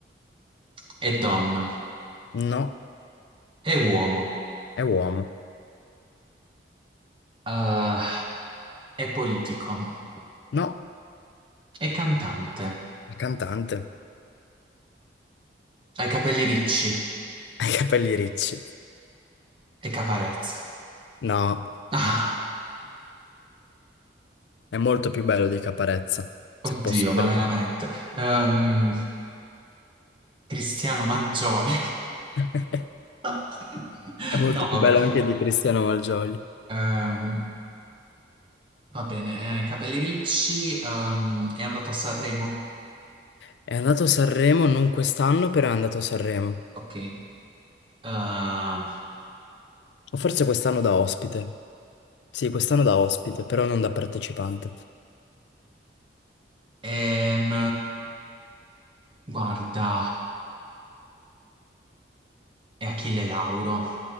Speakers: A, on the right; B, on the left.
A: è donna,
B: No,
A: è uomo,
B: è uomo.
A: eh, è politico.
B: No,
A: È cantante,
B: è cantante.
A: ha i capelli ricci
B: <laughs> Ha i capelli ricci.
A: e caparezza.
B: No,
A: Ah,
B: è molto più bello di Caparezza, se
A: oddio,
B: posso
A: ma
B: permettermi.
A: veramente. Ehm, Cristiano Mangioio.
B: <laughs>
A: <laughs>
B: È molto
A: No,
B: più bello
A: vabbè.
B: anche di Cristiano Malgioglio.
A: Ehm, va bene, eh, i capelli ricci, ehm, è andato a Sanremo.
B: È andato a Sanremo non quest'anno, però è andato a Sanremo.
A: Ok. Ehm,
B: O forse quest'anno da ospite. Sì, quest'anno da ospite, però non da partecipante.
A: ehm, guarda, è Achille Lauro.